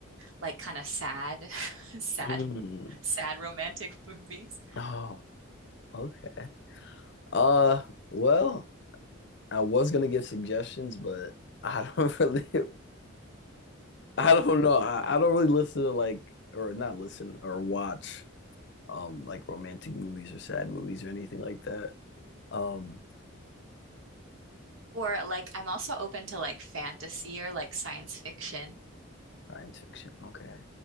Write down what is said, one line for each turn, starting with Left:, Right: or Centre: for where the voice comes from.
Right: like kind of sad, <laughs> sad,
Left: Mm.
Right: sad romantic <laughs> movies.
Left: Oh, okay. Uh, well, I was gonna give suggestions, but I don't <laughs> really, I don't know. I, I don't really listen to like, or not listen or watch, um, like romantic movies or sad movies or anything like that. Um,
Right: Or like I'm also open to like fantasy or like science fiction.
Left: science fiction. Okay.